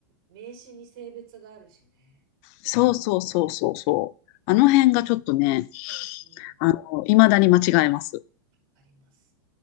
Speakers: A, on the right (about 50°); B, on the left (about 45°).
A: 名詞に性別があるしね。
B: うそうそうそうそうそう。あの辺がちょっとね、
A: うん、わ
B: あの、未だに間違えます。
A: かります。